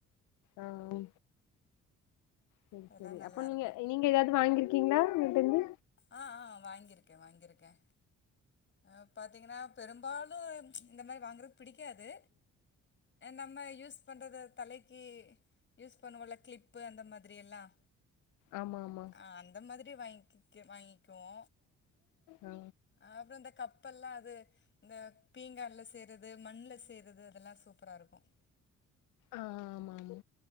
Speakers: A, on the left; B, on the left.
A: ஆஹ் சரி
B: அதெல்லா
A: சரி
B: நல்லா
A: அப்போ நீங்க
B: இருக்கு
A: நீங்க ஏதாவது வாங்கிரு இருக்கீங்களா வீட்டுருந்து
B: ஆஹ் ஆஹ் வாங்கியிருக்கேன் வாங்கியிருக்கேன் அக்க <inaudible> பார்த்தீங்கன்னா பெரும்பாலும் இந்த மாதிரி வாங்கறது பிடிக்காது நம்ம யூஸ் பண்ணுறது தலைக்கு யூஸ் பண்ணுவம் இல்ல கிளிப்பு அந்த மாதிரி எல்லாம்
A: ஆமா ஆமா
B: ஆ அந்த மாதிரி <unintelligible> வாங்கிக்குவோம்
A: ஆ
B: அப்புறம் இந்த கப்பெல்லாம் அது இந்த பீங்கான்ல செய்யறது அது மண்ணல செய்றது அதெல்லாம் சூப்பரா இருக்கும்
A: ஆ ஆமா ஆமா